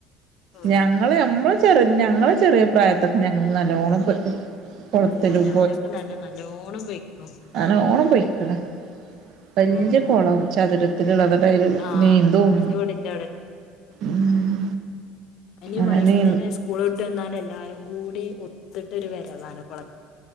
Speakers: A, on the left; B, on the right.
A: ആഹ്
B: ഞങ്ങള് മ്മള് ചെറി ഞങ്ങള ചെറിയ പ്രായത്തൊക്കെ ഞങ്ങ നല്ലോണം കുളത്തിലും
A: ഓ ഞാനൊക്കെ നല്ല നല്ലോണം പോയിക്ണു.
B: അന നല്ലോണം ണം പോയിക്കണ് വലിയകുളം
A: ആഹ്
B: ചതുരത്തി ളതൽ
A: ആഹ്
B: നീന്തും.
A: എന്റെ വീടിന്റെ
B: ഉം
A: ഇനി
B: അങ്ങനെ
A: വൈകുന്നേരം
B: നീ
A: സ്കൂള് വിട്ട് വന്നാല് എല്ലാരും കൂടി ഒത്തിട്ട് വരവാണ് കുളത്തി